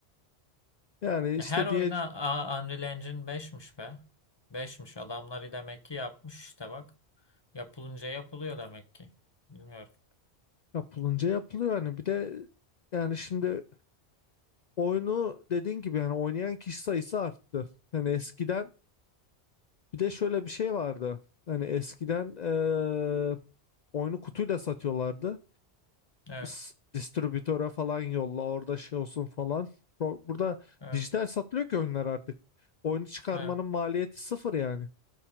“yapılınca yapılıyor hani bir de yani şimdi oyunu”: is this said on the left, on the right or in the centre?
Left